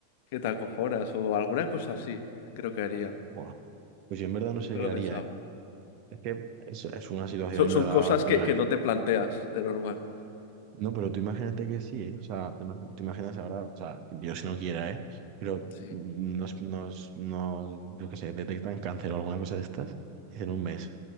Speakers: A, on the left (about 50°); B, on the right (about 40°).
A: que te acojonas o alguna cosa así, creo que haría.
B: Buah. Pues yo en verdad no
A: Nunca
B: sé qué
A: lo he
B: haría,
A: pensado.
B: ¿eh? Es que es, es una situación
A: Son,
B: en
A: son
B: verdad
A: cosas
B: dura,
A: que, que
B: ¿eh?
A: no te planteas de normal.
B: No, pero tú imagínate que sí, ¿eh? O sea, te ima- tú imaginas ahora, o sea, que Dios si no quiera, ¿eh? Pero
A: Sí,
B: nos, nos, nos, yo qué sé, detectan cáncer o alguna cosa de estas, dicen un mes.